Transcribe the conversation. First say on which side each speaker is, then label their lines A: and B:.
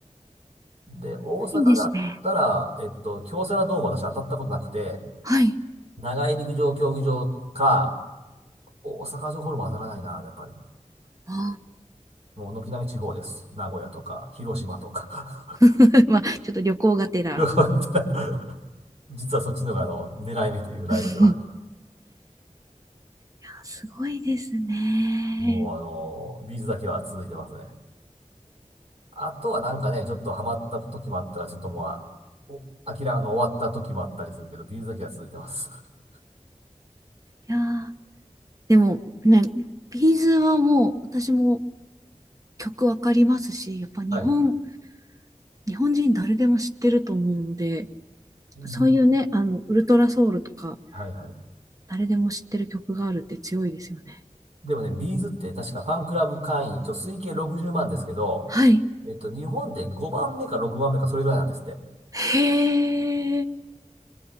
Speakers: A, on the right (about 50°); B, on the right (about 25°).
A: で、大阪だったら、
B: ないんですね。
A: えっと、京セラドーム私当たったことなくて、
B: はい。
A: 長井陸上競技場か、大阪城ホールも当たらないな、やっぱり。
B: あ
A: もう軒並み地方です。名古屋とか、広島とか。
B: ー <laughs> まあ、ちょっと旅行がてら。
A: <laughs> よくわかってない <laughs> 実はそっちのがあの、狙い目というライブでは。
B: <laughs> いや、すごいですね。
A: もうあの、ビーズだけは続いてますね。あとはなんかね、ちょっとハマった時もあったら、ちょっともうおあ、きらあの、終わった時もあったりするけど、ビーズだけは続いてます。<laughs>
B: いやーでもね、ビーズはもう私も曲わかりますし、やっぱ日本、
A: はい。
B: 日本人誰でも知ってると思うので、
A: うん
B: そういうね、あの、ウルトラソウルとか、
A: はいはい。
B: 誰でも知ってる曲があるって強いですよね。
A: でもね、ビーズって確かファンクラブ会員、一応推計60万ですけど、
B: はい。
A: えっと、日本で5番目か6番目かそれぐらいなんですって。
B: へー。